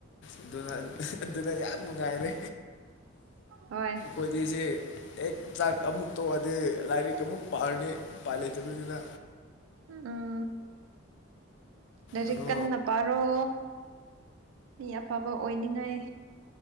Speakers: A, on the left; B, on the right.
A: ꯑꯗꯨꯅ ꯑꯗꯨꯅ ꯌꯥꯝ ꯅꯨꯡꯉꯥꯏꯔꯦ
B: ꯍꯣꯏ
A: ꯑꯣꯏꯈꯣꯏꯗꯤꯁꯦ ꯍꯦꯛ ꯆꯥꯛ ꯑꯃꯨꯛ ꯇꯣꯛꯑꯗꯤ ꯂꯥꯏꯔꯤꯛ ꯑꯃꯨꯛ ꯄꯥꯔꯅꯤ ꯎꯄꯥꯏ ꯂꯩꯇꯕꯅꯤꯅ
B: ꯎꯝ ꯂꯥꯏꯔꯤꯛ
A: ꯑꯗꯣ
B: ꯀꯟꯅ ꯄꯥꯔꯣ ꯃꯤ ꯑꯐꯕ ꯑꯣꯏꯅꯤꯡꯉꯥꯏ